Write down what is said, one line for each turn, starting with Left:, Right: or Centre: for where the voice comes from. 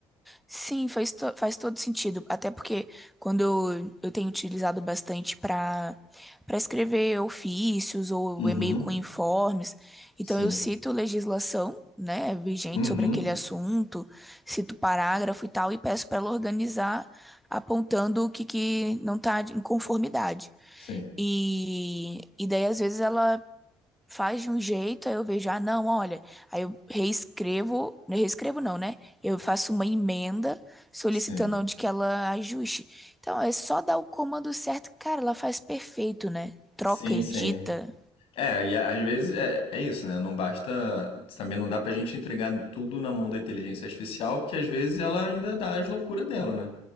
Centre: Sim, faz, to- faz todo sentido. Até porque quando eu, eu tenho utilizado bastante para para escrever ofícios ou
Left: Uhum,
Centre: e-mail com informes, então
Left: sim.
Centre: eu cito legislação, né, vigente
Left: Uhum,
Centre: sobre aquele assunto, cito parágrafo e tal, e peço para ela organizar apontando o que, que não está em conformidade.
Left: sim.
Centre: E, e daí, às vezes, ela faz de um jeito, aí eu vejo, ah, não, olha, aí eu reescrevo, não é reescrevo não, né? Eu faço uma emenda solicitando
Left: Sim.
Centre: onde que ela ajuste. Então, é só dar o comando certo, cara, ela faz perfeito, né? Troca,
Left: Sim,
Centre: edita,
Left: sim. É, e a- às vezes é, é isso, né? Não basta. Também não dá pra gente entregar tudo na mão da inteligência artificial, porque às vezes ela ainda dá as loucuras dela, né?